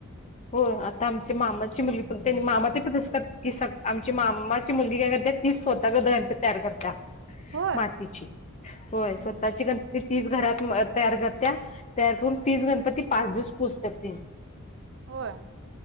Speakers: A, on the left (about 30°); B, on the right (about 55°).
A: हो आता आमची मामाची मुलगी पण त्यांनी मामा ते पण तसं करत्यात की आमची मामाची मुलगी काय करत्या ती स्वतः गणपती तयार करत्या
B: होय
A: मातीची होय
B: हम्म
A: स्वतःची
B: हम्म
A: गण तीच घरात तयार करत्या तयार करून तीच गणपती पाच दिवस पुजत्यात तीनी.
B: होय!